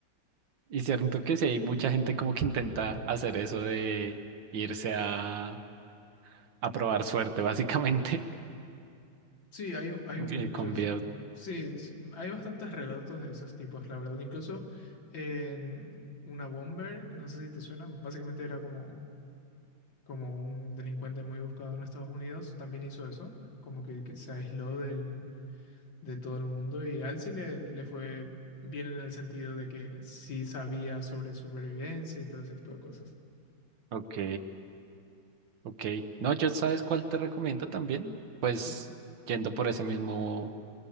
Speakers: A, on the right; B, on the left.
A: Y cierto que sí, hay mucha gente como que intenta hacer eso de irse a, a probar suerte, básicamente,
B: Sí, hay, hay
A: <laughs>
B: muchos.
A: eh, con videos.
B: Sí, s- hay bastantes relatos de esos tipos, la verdad. Incluso en una bomber, que no sé si te suena, básicamente era como como un delincuente muy buscado en Estados Unidos, también hizo eso, como que, que se aisló del, de todo el mundo y a él sí le, le fue bien en el sentido de que sí sabía sobre supervivencia y todo ese tipo de cosas.
A: Ok, Ok. No, yo sabes cuál te recomiendo también. Pues
B: N-
A: yendo por ese mismo